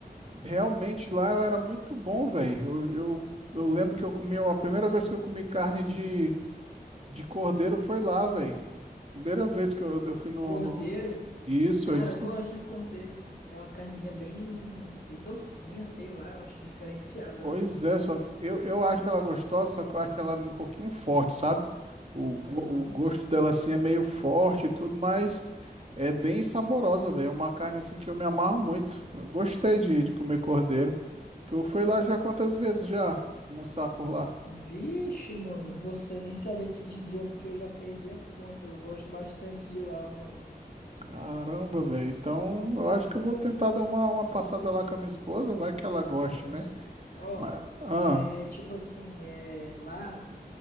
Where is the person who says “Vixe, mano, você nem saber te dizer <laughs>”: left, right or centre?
Left